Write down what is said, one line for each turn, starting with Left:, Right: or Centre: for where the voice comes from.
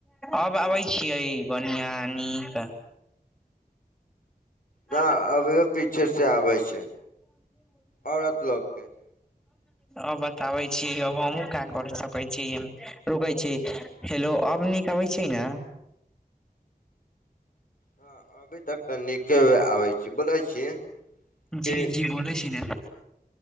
Centre: आब आबै छियै बढ़िआं, नीक? <unintelligible>
Left: न अभियो पीछे से आबै छै औरत लोग के
Centre: अ बताबै छी अब हमहूँ का कर सकै छीै एयम रुकै छी। हेलो! अब नीक अबै छै न?
Left: ह अभी तक तऽ नीके आबै छी, बोलै छी। कि
Centre: जी! जी! बोलै छी ने।